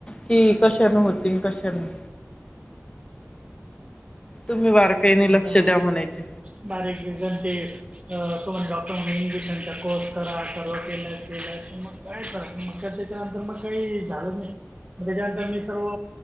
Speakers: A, on the left; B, on the right.
A: कि कशाने होती कशाने तुम्ही बारकाईने
B: त्याच्यामुळेण
A: लक्ष द्या म्हणायचे
B: बारीक दिवजण ते अ ॉटरणन इजेशनच्याको तर सर्व केल्या केल्याच मग कार मग त्याच्यानंतर मग काही झालं नाही मग त्याच्यानंतर मी सर्व